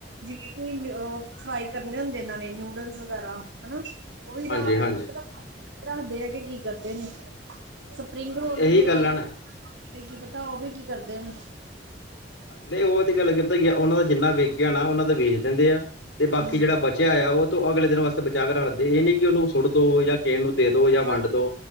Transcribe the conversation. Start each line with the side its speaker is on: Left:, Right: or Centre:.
Right: ਜਿਵੇਂ ਕਿ ਫਰਾਈ ਕਰਨੇ ਹੁੰਦੇਨਾਂ ਨੇ ਨੂਡਲਸ ਵਗੈਰਾ ਹਨਾ ਉਹ ਵੀ ਰਾਤ
Left: ਹਾਂਜੀ ਹਾਂਜੀ
Right: ਨੂੰ ਕੀ ਪਤਾ ਰੱਖਦੇ ਆ ਕੇ ਕੀ ਕਰਦੇ ਨੇ ਸਪਰਿੰਗ ਰੋਲ
Left: ਇਹੀ
Right: ਵੀ ਜਿਹੜਾ
Left: ਗੱਲ
Right: ਉਹਦਾ
Left: ਆ ਨਾ
Right: ਕੀ ਪਤਾ ਉਹ ਵੀ ਕੀ ਕਰਦੇ ਨੇ
Left: ਨਹੀਂ ਉਹ ਤੇ ਗੱਲ ਕਰਦਾ ਹੀ ਉਹਨਾਂ ਦਾ ਜਿੰਨਾ ਵੇਕਿਆ ਨਾ ਉਹਨਾਂ ਦਾ ਵੇਚ ਦਿੰਦੇ ਆ ਤੇ ਬਾਕੀ
Right: ਹੂੰ,
Left: ਜਿਹੜਾ
Right: ਹੂੰ,
Left: ਬੱਚਾ ਬੱਚਿਆ ਆਇਆ ਉਹੂੰ ਅਗਲੇ ਦਿਨ ਵਾਸਤੇ ਬਚਾ ਕਰਾ ਲੈਂਦੇ ਇਹ ਨੀ ਕਿ ਉਹਨੂੰ ਸੁਟ ਦੋ ਜਾਂ ਕਿਸੇਣ ਨੂੰ ਦੇ ਦੋ ਜਾਂ
Right: ਹਾਂਜੀ
Left: ਵੰਡ ਦੋ